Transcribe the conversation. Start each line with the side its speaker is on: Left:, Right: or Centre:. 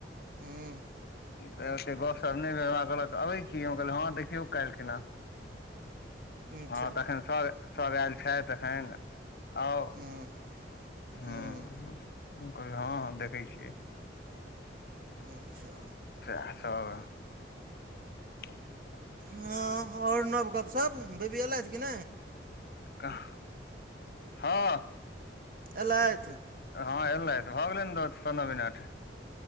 Right: हूँ।
Left: तऽ ओते गप-सप नै भेल हमरा कहलक आबै छी, हम कहलौ हां देखियौ काएल खेना।
Right: अच्छा
Left: हां तखन सब, सब आएल छैथ। तऽखन आउ
Right: हूँ
Left: ह।
Right: हूँ
Left: उनकर हँ देखैत छियै।
Right: अच्छा।
Left: सहे सब। <inaudible>
Right: ह आओर नव गप सब, बेबी एल छै कि नय।
Left: कह, हँ।
Right: एलेथ।
Left: हँ एल तऽ भऽ गेले ने दस-पन्द्रह मिनट।